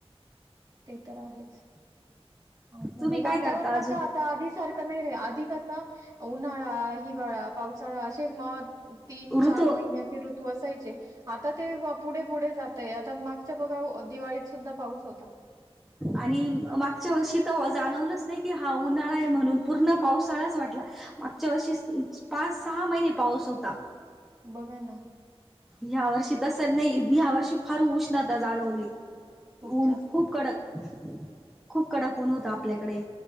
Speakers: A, on the right; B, in the centre.
A: ते तर आहेच अछ
B: तुम्ही
A: नाही
B: काय
A: वातावरणाच
B: करता अजून
A: आता आधी सारखं नाही रे आधी कस णार वाळा पावसाळा ते मग तीन
B: ऋतू
A: चार महिन्याचे ऋतू असायचे आता ते पुढे पुढे जात या तर मागच्या बघा दिवाळीत सुद्धा पाऊस होता
B: आणि मागच्या वर्षी तर जाणवलंच नाही कि हा उन्हाळा आहे म्हणून पूर्ण पावसाळाच वाटला मागच्या वर्षी पाच सहा महिने पाऊस होता
A: बघान
B: या वर्षी तस नाही या वर्षी फार उष्णता जाणवली
A: खूप
B: ऊन
A: जास्त
B: खूप कडक खूप कडाकण होता आपल्याकडे